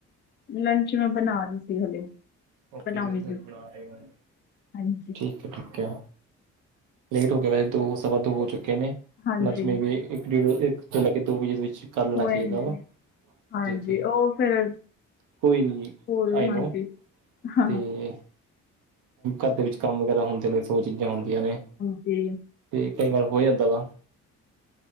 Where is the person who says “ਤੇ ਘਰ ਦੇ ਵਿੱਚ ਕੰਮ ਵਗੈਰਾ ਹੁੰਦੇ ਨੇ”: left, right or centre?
Right